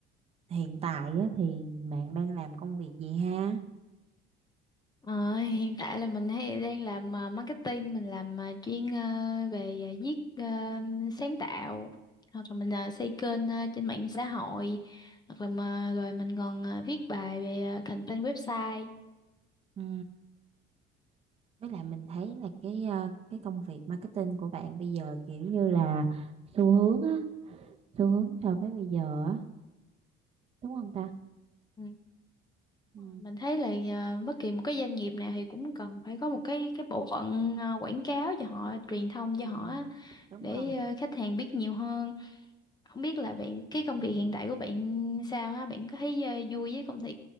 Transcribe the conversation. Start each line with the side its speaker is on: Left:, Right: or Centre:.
Right: hiện tại á, thì bạn đang làm công việc gì ha
Left: Ờ, hiện tại là mình hay đang làm à, marketing, mình làm à, chuyên à, về à, viết à, sáng tạo hoặc là mình à, xây kênh à, trên mạng xã hội hoặc là mà, rồi mình còn à, viết bài về à, content website.
Right: ừ với lại mình thấy là cái ờ, cái công việc marketing của bạn bây giờ kiểu như là xu hướng á xu hướng so với bây giờ á đúng không ta
Left: Ừ.
Right: ừ.
Left: mình thấy là à, bất kỳ một cái doanh nghiệp nào thì cũng cần phải có một cái cái bộ phận à, quảng cáo cho họ truyền thông
Right: Ừ,
Left: cho họ á,
Right: đúng
Left: để
Right: rồi.
Left: à, khách hàng biết nhiều hơn không biết là bạn cái công việc hiện tại của bạn sao ha bạn có thấy à, vui với công việc